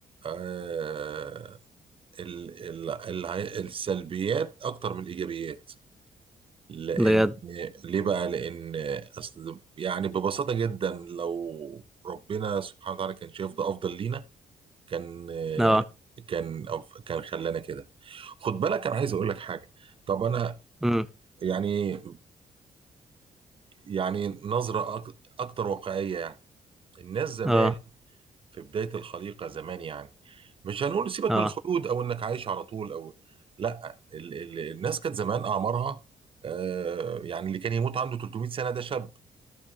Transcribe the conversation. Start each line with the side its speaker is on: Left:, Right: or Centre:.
Right: آه ال ال ال السلبيات اكتر من الايجابيات لان
Centre: بجد
Right: ليه بقى لان اصل يعني ببساطه جدا لو ربنا سبحانه وتعالى كان شايف ده افضل لينا كان
Centre: اه
Right: كان كان خلانا كده خد بالك انا عايز اقول لك حاجه طب انا
Centre: امم
Right: يعني يعني نظره أك- اكتر واقعيه يعني الناس زمان
Centre: اه
Right: في بدايه الخليقه زمان يعني مش هنقول سيبك
Centre: اه
Right: من الخلود او انك عايش على طول او لا ال- ال- الناس كانت زمان اعمارها آه، يعني اللي كان يموت عنده 300 سنه ده شاب